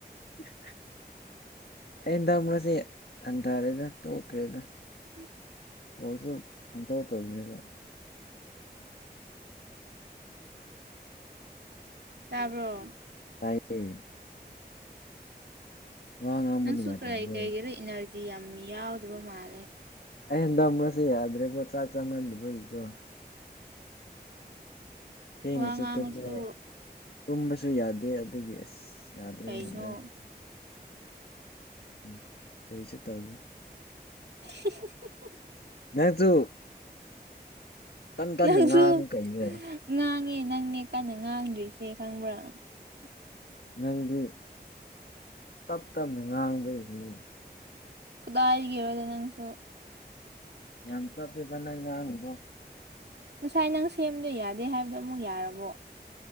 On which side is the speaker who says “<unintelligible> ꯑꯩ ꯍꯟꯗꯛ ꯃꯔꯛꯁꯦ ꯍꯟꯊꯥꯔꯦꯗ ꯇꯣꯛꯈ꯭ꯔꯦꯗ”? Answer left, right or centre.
Left